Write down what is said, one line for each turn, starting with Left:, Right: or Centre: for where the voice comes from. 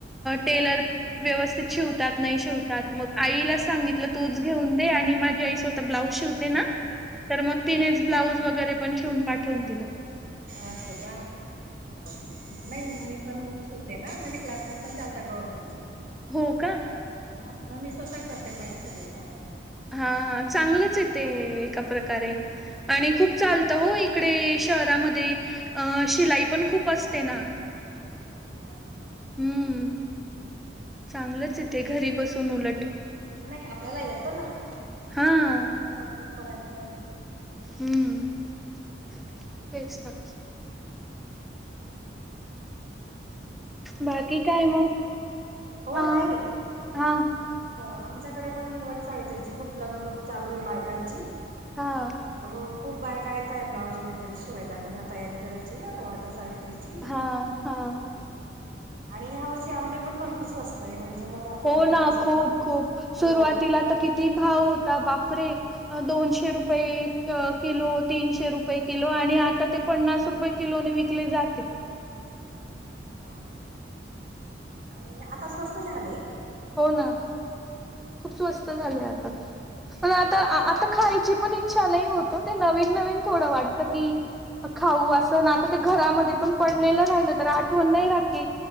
Centre: टेलर व्यवस्थित शिवतात नाही शिवतात मग आईला सांगितलं तूच घेऊन दे आणि माझी आई स्वतः ब्लाउज श शिवते ना तर मग तिनेच ब्लाउज वगैरे पण शिवुन पाठवून दिल.
Right: असस का <inaudible> नाही मग मी पण शिवतेना माझे क्लासेस पण चालतात गव्हर्नमेंटचे.
Centre: हो का.
Right: हो मग मी स्वतः कपरते माझी सगळी काम.
Centre: हा चांगलंच आहे ते एका प्रकारे आणि खूप चालतं हो इकडे शहरामध्ये अं शिलाई पण खूप असतेना.
Right: हो ना.
Centre: हम्म, चांगलंच यथे घरी बसून उलट.
Right: नाही आपल्याला येत ना हो
Centre: हां,
Right: मग करायला
Centre: हम्म तेच ना. बाकी काय मग
Right: हो
Centre: ह
Right: नाही
Centre: हा.
Right: हो आमच्याकडे पण वटसावित्रीची खूप लग बग चालू आहे बायकांची.
Centre: हा..
Right: हो खूप बायका येताय ब्लाऊज वगैरे शिवायला त्यांना तयारी करायची ना ते वाट सावित्री
Centre: हा हा
Right: आणि या वर्ष आंबे पण भरपूर स्वस्त म्हणजे मग आता
Centre: हो
Right: बायकांचे
Centre: ना खूप, खूप सुरुवातीला
Right: हो
Centre: तर किती भाव होता बापरे दोनशे रुपये किलो, तीनशे रुपये किलो आणि आता ते पन्नास रुपये किलोणी विकले जात हे.
Right: हो आणि आता स्वस्त झाले.
Centre: हो ना खूप स्वस्त झाले आता मला आता, आता खायची पण इछा नाही होत ते नवीन, नवीन थोडं वाटत की खाऊ अस आणि आता ते घरामध्ये पण पडलेलं राहिलं तर आठवण नाही राहते